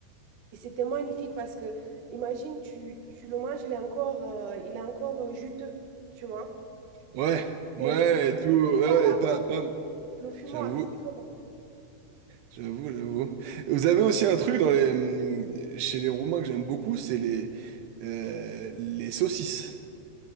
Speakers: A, on the right; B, on the right.
A: et c'était magnifique parce que, imagine, tu, tu le manges, il est encore, euh, il est encore euh, juteux, tu vois.
B: Ouais, ouais,
A: Mais il
B: et tout.
A: il est cuit
B: Ouais,
A: par
B: et pas, pas...
A: le fumoir,
B: J'avoue,
A: c'est très bon.
B: j'avoue, j'avoue. Vous avez aussi un truc dans les, hum, chez les Roumains que j'aime beaucoup, c'est les, euh, les saucisses.